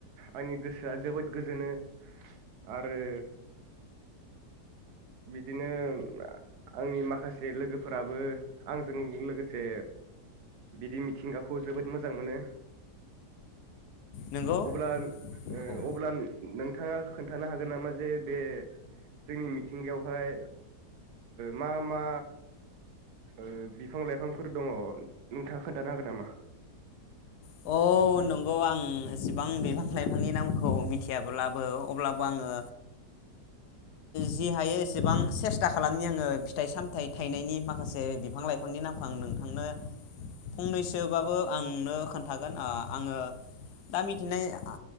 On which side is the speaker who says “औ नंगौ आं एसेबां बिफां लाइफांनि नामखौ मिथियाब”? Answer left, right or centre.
Left